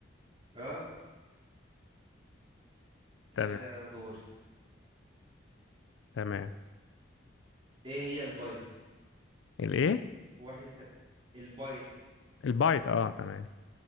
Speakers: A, on the right (about 30°); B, on the left (about 80°).
A: اه كده
B: تمام
A: دوري
B: تمام
A: ايه هي البايت
B: الايه
A: وحدة تك... البايت
B: البايت اه تمام